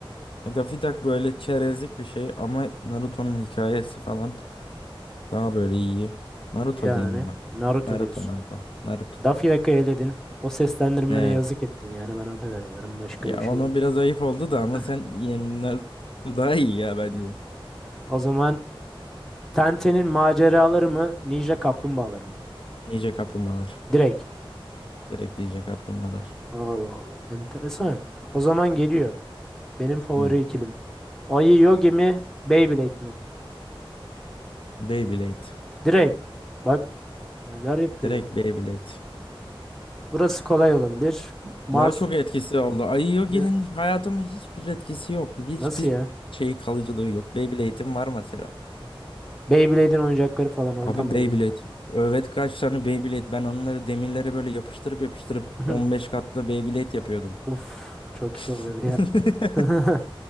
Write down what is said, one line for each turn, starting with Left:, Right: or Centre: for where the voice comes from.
Left: ya Daffy Duck böyle çerezlik bir şey ama Naruto'nun hikayesi falan Daha böyle iyi. Naruto
Centre: Yani
Left: diyeyim buna.
Centre: Naruto
Left: Naruto,
Centre: diyorsun.
Left: Naruto, Naruto.
Centre: Daffy Duck'ı eledin. O seslendirmene
Left: Evet.
Centre: yazık ettin yani. Ben o kadar diyorum. Başka
Left: Ya
Centre: da bir şey
Left: ona
Centre: demiyorum.
Left: biraz ayıp oldu da ama
Centre: <laughs>
Left: sen yani Naruto daha iyi ya bence.
Centre: O zaman Tenten'in maceraları mı? Ninja kaplumbağaları mı?
Left: Ninja kaplumbağalar.
Centre: Direkt.
Left: Direkt Ninja kaplumbağalar.
Centre: Allah Allah. Enteresan. O zaman geliyor. Benim favori
Left: Hı.
Centre: ikilim. Ayı Yogi mi? Beyblade mi?
Left: Beyblade.
Centre: Direkt. Bak Neler yapıyor?
Left: Direkt Beyblade.
Centre: Burası kolay olabilir. Mars
Left: Daha çok etkisi oldu. Ay Yogi'nin
Centre: Ne?
Left: hayatıma hiçbir etkisi yok. Hiçbir
Centre: nasıl ya?
Left: şeyi kalıcılığı yok. Beyblade'im var mesela.
Centre: Beyblade'in oyuncakları falan oradan
Left: Abi
Centre: mı
Left: Beyblade.
Centre: yürü?
Left: Evet kaç tane Beyblade. Ben onları demirlere böyle yapıştırıp yapıştırıp
Centre: <laughs>
Left: 15 katlı Beyblade yapıyordum.
Centre: Uf çok
Left: <laughs>
Centre: iyi oluyordu ya. <laughs>